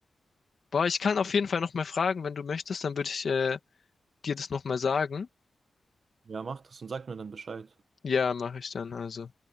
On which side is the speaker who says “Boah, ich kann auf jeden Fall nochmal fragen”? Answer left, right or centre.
Left